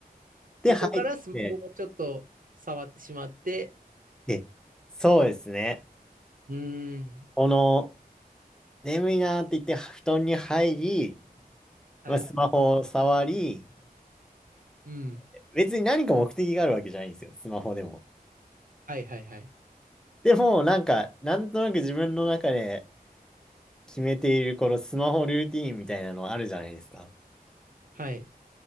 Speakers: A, on the right; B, in the centre.
A: そこからスマホをちょっと触ってしまって、
B: で、入って、で、そうですね。
A: うん。
B: この、眠いなーって言って布団に入り、
A: はい。
B: まあ、スマホを触り、
A: うん。
B: 別に何か目的があるわけじゃないんですよ、スマホでも。
A: はいはいはい。
B: でも、なんか、なんとなく自分の中で決めているこのスマホルーティーンみたいなのあるじゃないですか。
A: はい。